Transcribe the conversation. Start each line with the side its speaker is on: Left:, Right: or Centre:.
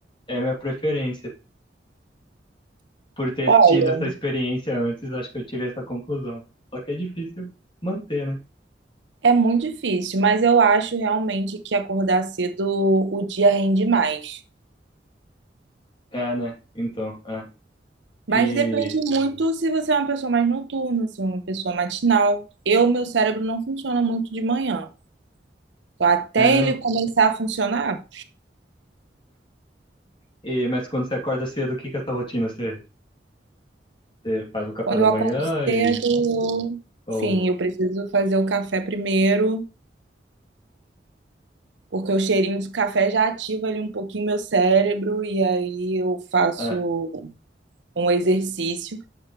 Left: é a minha preferência. Por ter
Right: Olha.
Left: tido essa experiência antes, acho que eu tirei essa conclusão. Só que é difícil manter, né?
Right: É muito difícil, mas eu acho realmente que acordar cedo o dia rende mais.
Left: É, né? Então, é.
Right: Mas
Left: E
Right: depende muito se você é uma pessoa mais noturna, se é uma pessoa matinal. Eu, meu cérebro não funciona muito de manhã. Então, até
Left: é mesmo.
Right: ele começar a funcionar,
Left: E, mas quando você acorda cedo, o que que é essa rotina? Você, você faz o café
Right: quando
Left: da
Right: eu
Left: manhã
Right: acordo
Left: e.
Right: cedo, eu-
Left: Ou.
Right: sim, eu preciso fazer o café primeiro, porque o cheirinho do café já ativa ali um pouquinho meu cérebro, e aí eu faço
Left: Ah,
Right: um exercício